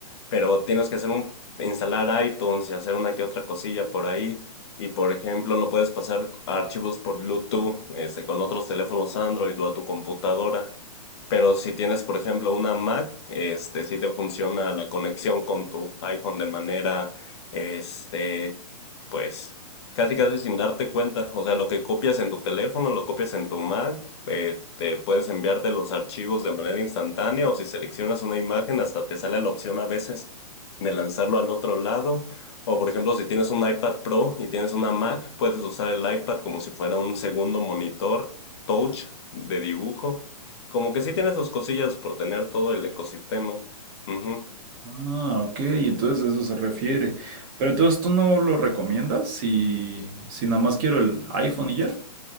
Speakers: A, on the left (about 40°); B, on the right (about 30°).
A: pero tienes que hacer un, instalar iTunes y hacer una que otra cosilla por ahí. Y por ejemplo, no puedes pasar archivos por Bluetooth, este, con otros teléfonos Android o a tu computadora. Pero si tienes, por ejemplo, una Mac, este, sí te funciona la conexión con tu iPhone de manera, este, pues Casi, casi sin darte cuenta. O sea, lo que copias en tu teléfono, lo copias en tu Mac, eh, te puedes enviarte los archivos de manera instantánea o si seleccionas una imagen, hasta te sale la opción a veces de lanzarlo al otro lado. O por ejemplo, si tienes un iPad Pro y tienes una Mac, puedes usar el iPad como si fuera un segundo monitor touch de dibujo. Como que sí tiene sus cosillas por tener todo el ecosistema. Ujú.
B: Ah, ok, entonces a eso se refiere. Pero entonces tú no lo recomiendas si, si nada más quiero el iPhone y ya.